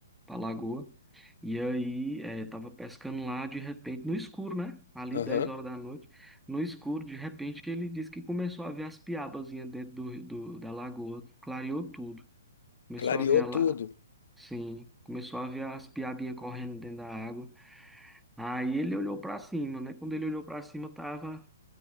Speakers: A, in the centre; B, on the left.
A: lagoa. E aí, é, tava pescando lá de repente, no escuro, né? Ali
B: aham.
A: 10 horas da noite, no escuro, de repente ele disse que começou a ver as piabazinhas dentro do, do- da lagoa, clareou tudo. Começou
B: Clareou
A: a ver a
B: tudo.
A: la- Sim, começou a ver as piabinhas correndo dentro da água. Aí ele olhou pra cima, né? Quando ele olhou pra cima, tava